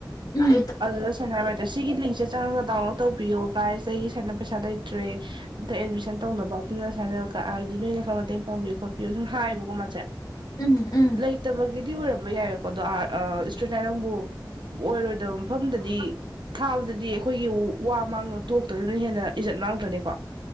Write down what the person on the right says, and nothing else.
ꯑꯗꯨꯗ ꯁꯅ ꯍꯥꯏꯔꯕꯗ ꯁꯤꯒꯤ ꯂꯤꯡꯁꯦ ꯆꯪꯉꯒ ꯗꯥꯎꯟꯂꯣꯗ ꯇꯧꯕꯤꯌꯣ ꯥꯏꯁ ꯆꯩꯒꯤ ꯁꯅ ꯄꯩꯁꯥ ꯂꯩꯇ꯭ꯔꯦ ꯍꯟꯇ ꯑꯦꯗꯃꯤꯁꯟ ꯇꯧꯅꯕ ꯑꯗꯨꯅ ꯁꯅ ꯀꯥꯏ ꯍꯥꯏꯗꯤ ꯅꯣꯏꯅ ꯈꯔ ꯃꯇꯦꯡ ꯄꯥꯡꯕꯤꯌꯣ ꯈꯣꯠꯄꯤꯌꯣ ꯁꯨꯝ ꯍꯥꯏꯌꯦꯕꯀꯣ ꯃꯥꯁꯦ
ꯂꯩꯇꯕꯒꯤꯗꯤ ꯑꯣꯏꯔꯝꯝꯕ ꯌꯥꯔꯦꯀꯣꯣ ꯁ ꯅꯪꯕꯨ ꯑꯣꯏꯔꯣꯏꯗꯕ ꯃꯐꯝꯗꯗꯤ ꯊꯥꯕꯗꯗꯤ ꯑꯩꯈꯣꯏꯒꯤ ꯋꯥ ꯃꯥꯡ ꯊꯣꯛꯇ꯭ꯔꯗꯅ ꯍꯦꯟꯅ ꯏꯖꯠ ꯃꯥꯡꯗ꯭ꯔꯅꯤꯀꯣ